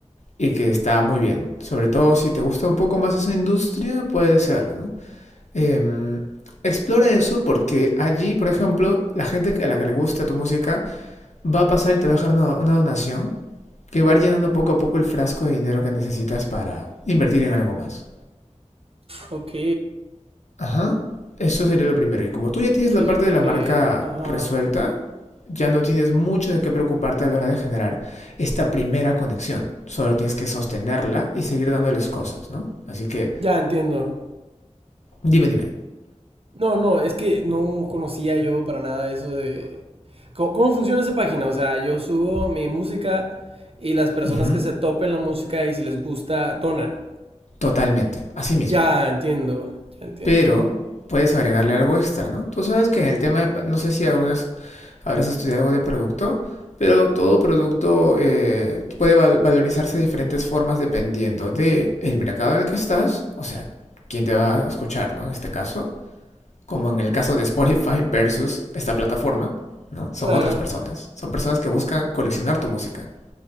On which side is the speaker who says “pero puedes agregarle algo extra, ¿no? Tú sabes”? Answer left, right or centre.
Left